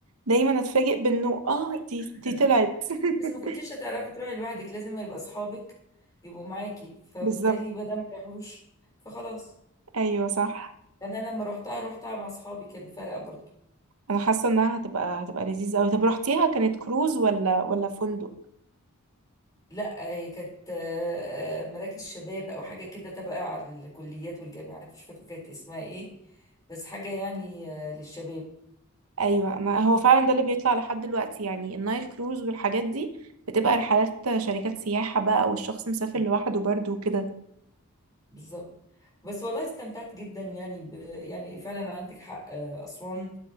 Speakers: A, on the right; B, on the left.
A: دايما أتفاجئ بإنه آه دي
B: <laughs>
A: دي طلعت <laughs>
B: بس ما كنتيش هتعرفي تروحي لوحدك لازم يبقى اصحابك يبقوا معاكي فبالتالي
A: بالظبط
B: بدل ما يروحوش فخلاص
A: أيوه صح
B: يعني انا لما روحتها روحتها مع اصحابي كان فرق برضو
A: أنا حاسة إنها هتبقى هتبقى لذيذة أوي طب رحتيها كانت كروز ولا ولا فندق
B: لا هي كانت آه، آه، مراكز شباب او حاجه كده تبع على الكليات والجامعات مش فاكره كانت اسمها ايه بس حاجه يعني آه، للشباب
A: ايوه ما هو فعلا ده اللي بيطلع لحد دلوقتي يعني النايل كروز والحاجات دي بتبقى رحلات شركات سياحة بقى والشخص مسافر
B: مم.
A: لوحده برضه وكده
B: بالظبط بس والله استمتعت جدا يعني ب... يعني فعلا عندك حق آه، أسوان